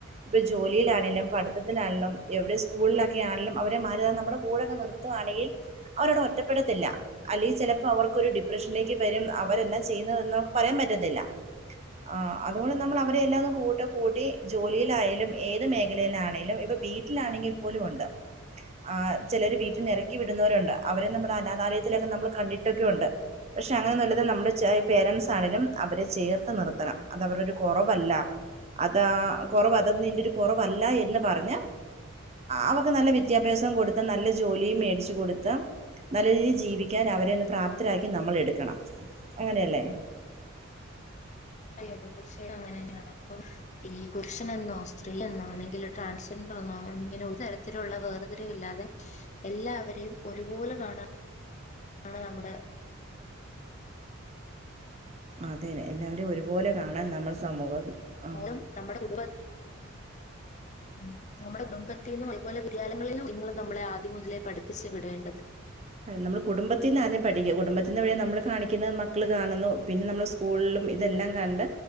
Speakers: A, on the right (about 30°); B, on the left (about 35°).
A: ഇപ്പൊ ജോലിലാണേലും പഠിത്തത്തിലാണേലും എവിടെ സ്കൂളിലൊക്കൊയാണേലും അവരെ മാറ്റി നിർത്താതേ നമ്മെടെ കൂടെയങ്ങ് നിർ നിർത്തുവാണെകിൽ അവരവെടെ ഒറ്റപ്പെടുത്തില്ല. അല്ലേൽ ചെലപ്പോ അവർക്കൊരു ഡിപ്രഷനിലേക്ക് വെരും അവരെന്നാ ചെയ്യുന്നതെന്ന് നമ്മെക്ക് പറയാൻ പറ്റത്തില്ല. ആ അതുകൊണ്ട് നമ്മൾ അവരെ എല്ലാതെ കൂട്ടം കൂട്ടി ജോലിയിലായാലും ഏത് മേഖലയിലാണേലും ഇപ്പ വീ വീട്ടിലാണെങ്കിൽ പോലും ഒണ്ട് ആഹ് ചെലര് വീട്ടിന്ന് എറക്കി വിടുന്നോരൊണ്ട് അവരെ നമ്മെടെ അനാഥാലയ ത്തിലെക്കെ നമ്മെള് കണ്ടിട്ടെക്കെയൊണ്ട്. പക്ഷെ അങ്ങനെ ഒന്നല്ലാതെ നമ്മുടെ പേരെൻസ് ആണേലും അവരെ ചേർത്ത് നിർത്തണം അത് അവെരുടൊരു കൊറവല്ല. അതാ കൊറവ് അതൊന്നും നിന്റെ കൊറവല്ലായെന്ന് പറഞ്ഞ്. അവക്ക് നല്ല വിദ്യാഭ്യാസം കൊടുത്ത് നല്ല ജോലിയും മേടിച്ചു കൊടുത്ത് നല്ല രീതി ജീവിക്കാൻ അവരെയൊന്ന് പ്രാപ്തരാക്കി നമ്മൾ എടുക്കണം. അങ്ങനെയല്ലേ
B: അല്ലാ <unintelligible> ഇപ്പൊ ഈ പുരുഷനെന്നോ സ്ത്രീയെന്നോ അല്ലെങ്കിൽ ട്രാൻസ്സെൻഡെറെന്നോ ഇങ്ങനെ ഒരു തരത്തിലുള്ള വേർ വേറ്തിരിവില്ലാതെ എല്ലാവരെയും ഒരുപോലെ കാണ ആണ് നമ്മുടെ
A: അതെന്നെ എല്ലാവരെ ഒരുപോലെ കാണാൻ നമ്മൾ സമൂഹം ആഹ്
B: ഉം നമ്മെടെ കുടുംബ ഉം നമ്മെടെ കുടുംബത്തിന്നും ഇതുപോലെ വിദ്യാലയങ്ങളിലും നിങ്ങള് നമ്മെളെ ആദ്യം മുതലേ പഠിപ്പിച്ചു വിടേണ്ടത്.
A: നമ്മള് കുടുംബത്തിന്ന് ആദ്യം പഠിക്കാ കുടുംബത്തിന്ന് പിന്നെ നമ്മെള് കാണിക്കുന്ന മക്കള് കാണുന്നു പിന്നെ നമ്മള് സ് സ്കൂളിലും ഇതെല്ലാം കണ്ട്.